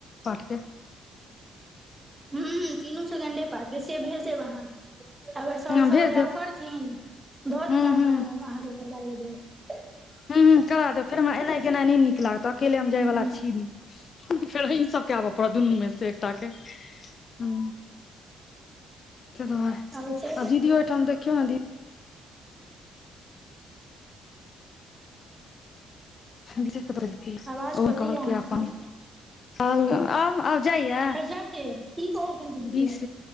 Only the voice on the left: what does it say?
कऽ
हं
भेज
देब
हूं
हूं
हं हं करा दे फेर हमरा एनाइ केनाइ नहि नीक लागत अकेले हम जाय
वाला छी नई फेर आँहि सबके आबऽ पड़त दुनू में से एकटा के ह तैं दूआर
आब दीदी ओहिठाम देखियौ ने दीदी बदलक ओहि
में
कहलक
अपन आब आब जाइया
बीस